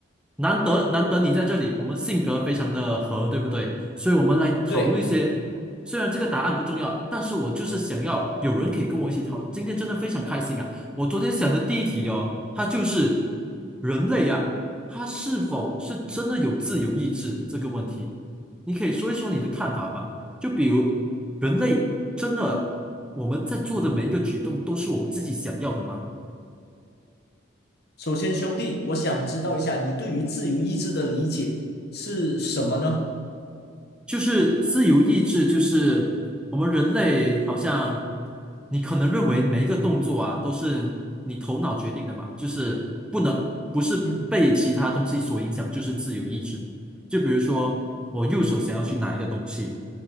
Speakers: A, in the centre; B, on the left.
A: 难得难得你在这里，我们性格非常的合，对不对？所以我们来讨论一些，
B: 对，
A: 虽然这个答案不重要，但是我就是想要有人可以跟我一起讨论。今天真的非常开心啊！我昨天想的第一题哦，它就是人类啊，它是否是真的有自由意志这个问题，你可以说一说你的看法吗？就比如人类真的我们在做的每一个举动都是我们自己想要的吗？
B: 首先兄弟，我想知道一下你对于自由意志的理解是什么呢？
A: 就是自由意志，就是我们人类好像，你可能认为每一个动作啊都是你头脑决定的嘛，就是不能不是被其他东西所影响，
B: 嗯，
A: 就是自由意志。就比如说我右手想要去拿一个东西，